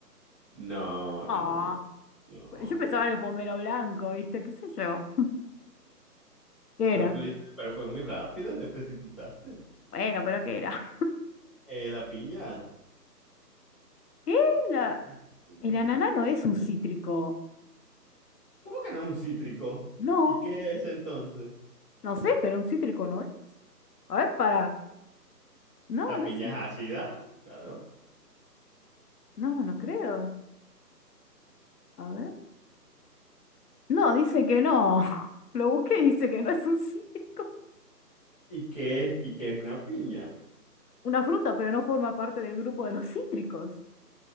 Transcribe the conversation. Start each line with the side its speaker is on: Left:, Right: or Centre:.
Right: No,
Left: Ah,
Right: no, no, no.
Left: yo pensaba en el pomelo blanco, ¿viste? ¿Qué sé yo? <laughs> ¿Qué
Right: Pero
Left: era?
Right: le dice, "Pero fue muy rápido, te precipitaste.
Left: Bueno, pero ¿qué era?
Right: Eh, la piña.
Left: <laughs> ¿Qué?
Right: La piña,
Left: La-
Right: la piña.
Left: El ananá no es un cítrico.
Right: ¿Cómo que no es un cítrico?
Left: No,
Right: ¿Y qué es entonces?
Left: no sé, pero un cítrico no es. A ver, para. No,
Right: La
Left: no
Right: piña
Left: es. un-
Right: es ácida, claro.
Left: No, no creo. A ver. No, dice que no. <laughs> Lo busqué
Right: ¿Cómo?
Left: y dice que no es un cítrico.
Right: ¿Y qué es, y qué es una piña?
Left: Una fruta, pero no forma parte del grupo de los cítricos.